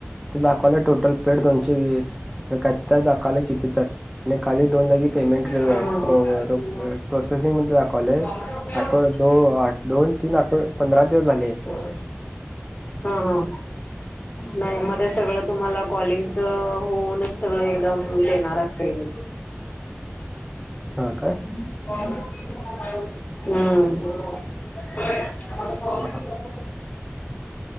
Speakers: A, in the centre; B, on the left.
A: तिथं दाखवलंय टोटल पेड दोनशे वीस काय तर दाखवलंय किती तर आणि खाली दोन जागी पेमेंट
B: हम्म हम्म
A: प्रो प्रोसेसिंग मध्ये दाखवलंय
B: हम्म हम्म.
A: आठवड्यात दोन दोन तीन आठवड पंधरा दिवस झाले
B: हम्म हम्म नाही मग ते सगळं तुम्हाला कॉलिंगच होऊनच सगळं एकदम देणार असतील.
A: हा काय
B: हम्म
A: हा हा